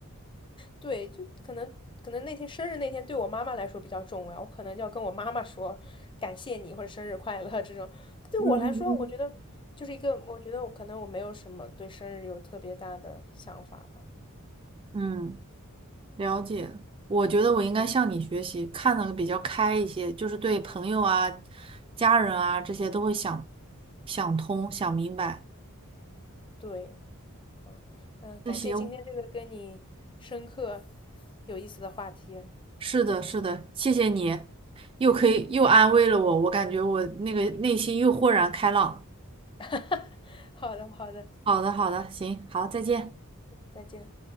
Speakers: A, on the left; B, on the right.
A: 对，就可能可能那天生日那天对我妈妈来说比较重要，我可能就要跟我妈妈说感谢你或者生日快乐这种。对我来说，
B: 嗯嗯
A: 我觉得就是一个，我觉得我可能我没有什么对生日有特别大的想法吧。
B: 嗯，嗯，了解我觉得我应该向你学习，
A: 对，我
B: 看的比较开一些，就是对朋友啊、家人啊这些都会想想通、想明白。
A: 对。嗯，那感谢今天这个跟你深刻、
B: 那行，
A: 有意思的话题。
B: 是的，是的，谢谢你，又可以又安慰了我，我感觉我那个内心又豁然开朗。
A: <laughs> 好的，好的，
B: 好的，好的，行，好，再见。
A: 再见。